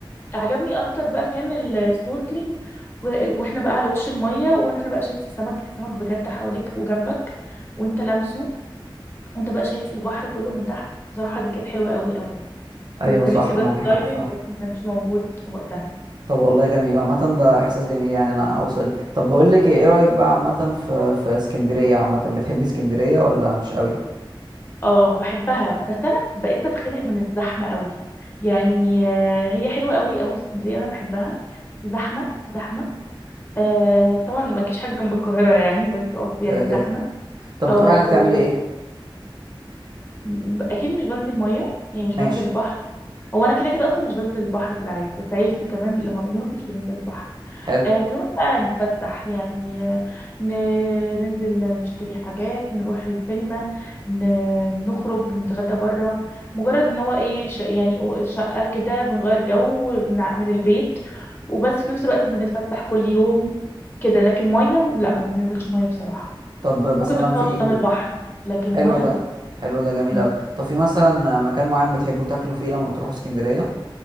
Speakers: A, on the left; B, on the right.
A: عجبني اكتر بقى كان السنوركلينج و... واحنا بقى على وش الميه واحنا بقى شايف السمك السمك بجد حواليك وجنبك وانت لامسه وانت بقى شايف البحر كله من تحت بصراحه دي كانت حلوه قوي قوي وكان
B: ايوه صح
A: نفسي اجرب
B: معاكي
A: دايفنج
B: حق فعلا
A: بس ما كانش موجود وقتها
B: طب والله جميل عامه ده احساس جميل يعني انا اوصل طب بقول لك ايه إيه رايك بقى عامه في في اسكندريه عامه بتحبي اسكندريه ولا مش قوي
A: اه بحبها بس انا بقيت بتخنق من الزحمه قوي يعني آه، هي حلوه قوي قوي اسكندريه انا بحبها بس زحمه زحمه آه طبعا ما تجيش حاجه جنب القاهره يعني بس قصدي يعني
B: كده كده
A: زحمه
B: طب
A: اه
B: بتروحي هناك
A: و...
B: تعملي ايه
A: ب- اكيد مش بنزل ميه يعني مش
B: ماشي
A: بنزل البحر هو انا كده كده اصلا مش بنزل البحر في العادي بس عيلتي كمان لما بنروح مش بننزل البحر
B: حلو
A: آه، بنروح بقى نتفسح يعني آه، ن- ننزل نشتري حاجات نروح السينما ن- نخرج نتغدى بره مجرد ان هو ايه ش- يعني شقة كده بنغير جو من ع- من البيت وبس في نفس الوقت بنتفسح كل يوم كده لكن مية لا ما بننزلش مية بصراحة
B: طب مثلا
A: ممكن نروح
B: في
A: نقعد قدام البحر لكن
B: حلو
A: مية
B: ده
A: لا
B: حلو ده جميل
A: م.
B: قوي طب في مثلا مكان معين بتحبوا تاكلوا فيه لما بتروحوا اسكندرية